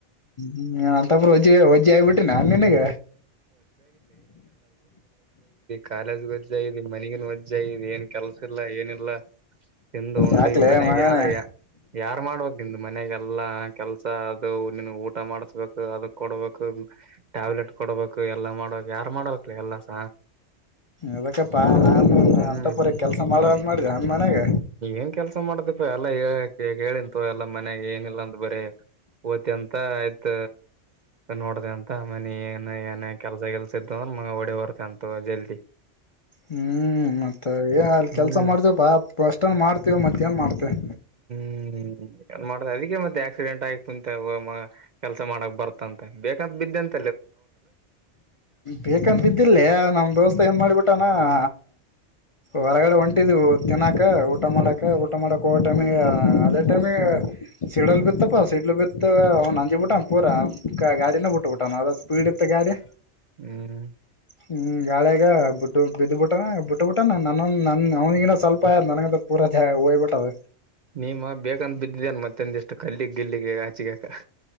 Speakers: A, on the left (about 45°); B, on the right (about 50°).
A: ಹ್ಮ್ನ್ ಅಂತಪ ವಜ್ಜ ವಜ್ಜ ಆಗಿಬಿಟ್ಟಿನ ನಿನಗ
B: ಕಾಲೇಜ್ ಒಜ್ಜ ಇದತಿ ಮನಗನ್ ಒಜ್ಜ ಇದಿ ಏನ್ ಕೆಲ್ಸ ಇಲ್ಲಾ ಏನಿಲ್ಲ ತಿಂದು ಉಂಡ
A: ಯಾಕ್ಲೆ
B: ಈಗ ಮನೆಗ
A: ಮಗನೇ
B: ಯಾರ ಯಾರು ಮಾಡ್ಬೇಕ್ ನಿಂದು ಮನೆಗೆಲ್ಲ ಎಲ್ಲ ಕೆಲ್ಸ ಅದು ನೀನು ಊಟ ಮಾಡಸ್ಬೇಕು ಅದ ಕೊಡ್ಬೇಕು ಟ್ಯಾಬ್ಲೆಟ್ ಕೊಡ್ಬೇಕು ಎಲ್ಲಾ ಮಾಡ್ಬೇಕಕ್ ಯಾರು ಮಾಡ್ಬೇಕಕ್ಲ ಎಲ್ಲಸ
A: ಅದಕ್ಕಪ್ಪಾ ನಾನನ್
B: ಹ್ಮ್
A: ಅಂತ ಪರ ಕೆಲ್ಸ ಮಾಡ ಅಂತ ಮಾಡ್ದ ಅಂದ ಮನ್ಯಾಗ
B: ಏನ್ ಕೆಲ್ಸ ಮಾಡದಿಪ್ಪ ಎಲ್ಲಾ ಕೇಳಿಂತು ಎಲ್ಲಾ ಮನೆಗ ಏನಿಲ್ಲಾ ಅಂದ ಬಾರೆ ಓತಿ ಅಂತ ಆಯ್ತ ನೋಡ್ದ ಅಂತ ಮನಿ ಏನ ಕೆಲ್ಸ ಗಿಲ್ಸ ಇದ್ದ ಅಂದ್ರೆ ಮಂಗ ಹೊಡೆ ಬರ್ತೆ ಅಂತ ಜಲ್ದಿ
A: ಹ್ಮ್ ಮತ್ತ ಮ ಏ ಅಲ್ಲಿ ಕೆಲ್ಸ
B: ಹ್ಮ್
A: ಮಾಡ್ತೇವು ಬಾ ಅಷ್ಟನ್ ಮಾಡ್ತೇವ ಮತ್ತ ಏನ್ ಮಾಡ್ತೆೇವೆ
B: ಹ್ಮ್ ಏನ್ ಮಾಡ್ ಮತ್ತೆ ಆಕ್ಸಿಡೆಂಟ್ ಆಯತ ಕುಂತ ಕೆಲಸ ಮಾಡಕ್ ಬರ್ತ್ತಂತ ಬೇಕಂತ ಬಿದ್ದಂತ
A: ಬೇಕಂತ ಬಿದ್ದಿಲ್ಲೇ ನಮ ದೋಸ್ತ ಏನ್ ಮಾಡ್ಬಿಟ್ಟಾನ ಹಾ ಹೊರಗಡೆ ಹೊಂಟಿದೀವು ತಿನ್ನಾಕ ಊಟ ಮಾಡಾಕ ಊಟ ಮಾಡಕ್ ಹೋಗ ಟೈಮಿಗಿ ಹ ಅದೇ ಟೈಮ ಸೀಡಲ್ ಬಿತ್ತಪ್ಪ ಸೀಡ್ಲ್ ಬಿತ್ತ ಒ ನಂಜಿ ಬಿಟ್ಟ ಪೂರ ಗಾಡಿನ ಬಿಟ್ಟ ಬಿಟ್ಟ ಮಾದ ಸ್ಪೀಡ್ ಇತ್ತ ಗಾಡಿ
B: ಹ್ಮ.
A: ಹ್ಮ ಗಾಳ್ಯಾಗ ಬಿದ್ದ ಬಿದ್ದಬಿಟ್ಟಾನ ಬಿಟ್ಟಬಿಟ್ಟಾನ ನ ನನ್ ಅವ್ನಿಗಿನ ಸ್ವಲ್ಪ ನನಗದ ಪುರ್ ಓಯ ಹೊಯ್ ಬಿಟದ
B: ನೀಮ ಬೇಕಂತ ಬಿದ್ದಿದೇನ್ ಮತ್ತೆಂದಿಷ್ಟ ಕಲ್ಲಿಗ್ ಗಿಲ್ಲಿಗ ಆಚಗ್ಯಾಕ